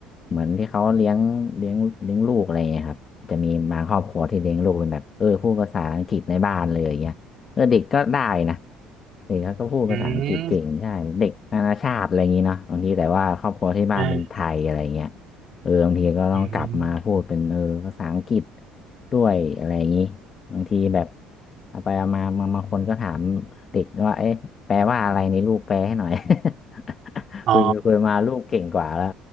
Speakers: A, on the left; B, on the right.
A: เหมือนที่เขาเลี้ยงเลี้ยงเลี้ยงลูกอะไรเงี้ยครับ จะมีบางครอบครัวที่เลี้ยงลูกเป็นแบบเออพูดภาษาอังกฤษในบ้านเลยอย่างเงี้ยเออเด็กก็ได้นะเด็กเขาก็พูดภาษาอังกฤษเก่งใช่เด็กนานาชาติอะไรอย่างงี้เนาะบางทีแต่ว่าครอบครัวที่บ้านเป็นไทยอะไรเงี้ย
B: อืมเออ
A: เออบางทีก็ต้องกลับมาพูดเป็นเออภาษาอังกฤษ
B: อืม
A: ด้วยอะไรอย่างงี้บางทีแบบเอาไปเอามาบางบางคนก็ถามเด็กว่าเอ๊ะแปลว่าอะไรในลูกแปลให้หน่อย <laughs>
B: อ๋อ
A: คุยไปคุยมาลูกเก่งกว่าแล้ว